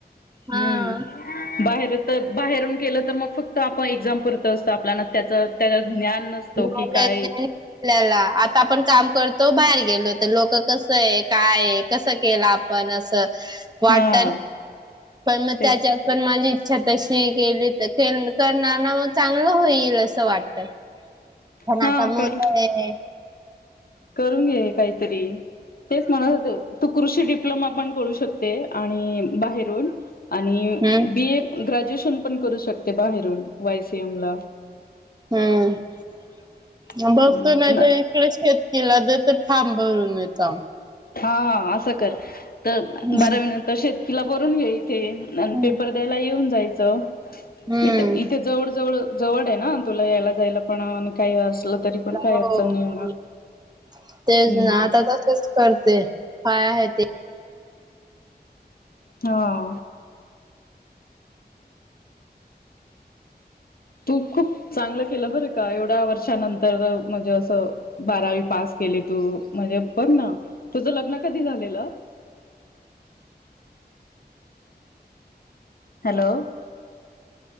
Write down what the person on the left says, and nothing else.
हम्म बाहेर तर बाहेरून केलं तर मग फक्त आपण एक्झाम पुरतं असत आपल्या त्याच त्या ज्ञान
की काय
हा!
तेच
हा
कर
करून घे काहीतरी तेच म्हणत तू कृषी डिप्लोमा पण करू शकते. आणि बाहेरून आणि
बी ए ग्रॅज ग्रॅज्युएशन पण करू शकते बाहेरून वायसीएम ला
ला.
हा हा असं कर तर
बारावी नंतर शेतकीला बरून घई, थ आणि
पेपर द्यायला येऊन जायचंथ
इथे जवळ, जवळ जवळ आहे ना तुला यायला जायला पण आणि काही, तरी पण काही
अडचण नाही होणार
हम्म
हो! तू खूप चांगलं केलं बर का एवढ्या वर्षानंतर म्हणजे, असं बारावी पास केली तू म्हणजे बघ ना तुझ लग्न कधी झालेलं?
हॅलो?